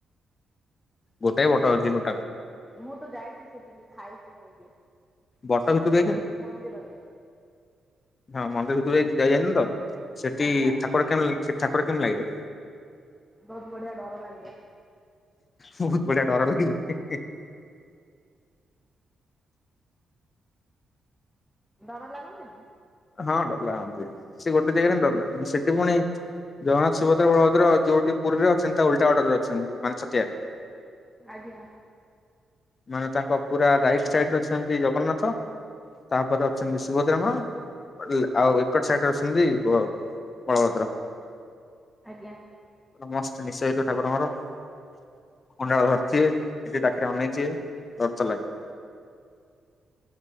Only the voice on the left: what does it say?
ଗୋଟେ ବଟ ଅଛି ଟୋଟାଲ୍।
ବଟ ଭିତରକୁ ଯାଇଛନ୍ତି?
ହଁ ମନ୍ଦିର ଭିତରୁ ଯାଇ ଯାଇନତ, ସେଠି
ଠାକୁର କେ ଠାକୁର କେମିତି ଲାଗିଲେ?
ବହୁତ ବଢିଆ ଡର ଲାଗିଲେ।
ହଁ ଡର ଲାଗନ୍ତି। ସେ ଗୋଟେ ଜାଗାରେ ହିଁ ଡର ଲାଗନ୍ତି। ସେଠି ପୁଣି ଜଗନ୍ନାଥ, ସୁଭଦ୍ରା, ବଳଭଦ୍ର ଯୋଉଠି ପୁରୀରେ ଅଛନ୍ତି, ତା ଓଲଟା ଅର୍ଡରରେ ଅଛନ୍ତି ମାନେ ଛତିଆରେ।
ମାନେ ତାଙ୍କ ପୁରା ସାଇଟ୍ ସାଇଟ୍ ରେ ଅଛନ୍ତି ଜଗନ୍ନାଥ ତାପରେ ଅଛନ୍ତି ଶୁଭ ଭଦ୍ରା ମାଆ ଆଉ ଏପଟ ସାଇଟରେ ଅଛନ୍ତି ବଳଭଦ୍ର।
<unintelligible> ଠାକୁରଙ୍କର। କୁଣ୍ଡାଳ ଧରିଥିବେ, ଏଡେ ଏଡେ ଆଖି ରେ ଅନେଇ ଥିବେ, ଡର ତ ଲାଗେ।